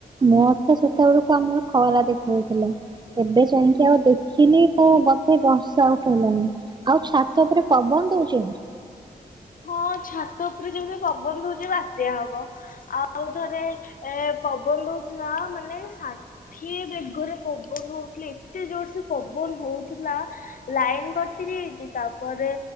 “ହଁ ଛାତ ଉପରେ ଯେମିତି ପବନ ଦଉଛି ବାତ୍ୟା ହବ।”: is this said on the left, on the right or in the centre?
Left